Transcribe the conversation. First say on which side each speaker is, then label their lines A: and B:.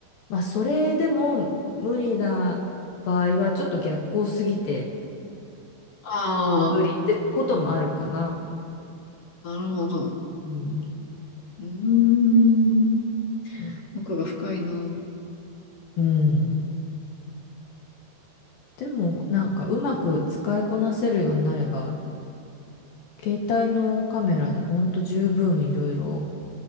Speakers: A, on the left; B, on the left.
A: まあそれでも無理な場合はちょっと逆光すぎて
B: あ
A: 無理ってこともあるかな。
B: あ、なるほど。
A: うん、
B: うーん。
A: そう。
B: 奥が深いな。
A: うん。でもなんかうまく使いこなせるようになれば携帯のカメラでほんと十分いろいろ